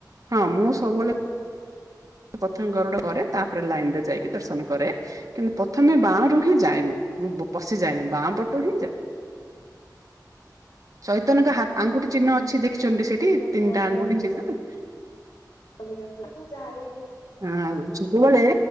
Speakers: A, on the right; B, on the left.
A: ହଁ ମୁଁ ସବୁବେଳେ ପ୍ରଥମେ ଗରୁଡ କରେ ତାପରେ ଲାଇନ ରେ ଯାଇକି ଦର୍ଶନ କରେ କିନ୍ତୁ ପ୍ରଥମେ ବାଁ ରୁ ହିଁ ଯାଏ ମୁଁ। ମୁଁ ପଶି ଯାଏନି ବାଁ ପଟ ତ ହିଁ ଯାଏ ଚୈତନଙ୍କ ହା ଆଙ୍ଗୁଠି ଚିହ୍ନ
B: ଉଁ
A: ଅଛି
B: ହୁଁ
A: ଦେଖିଚଛନ୍ତି
B: ମୁଁ
A: ସେଠି
B: ଆଜି ପ୍ରଥମ
A: ତିନିଟା
B: ଥର
A: ଆଙ୍ଗୁଠି
B: ଏତିକି
A: ଚିହ୍ନ।
B: ସବୁ ଯା ମୁଁ ଜାଣି
A: ହଁଉ ସବୁବେଳେ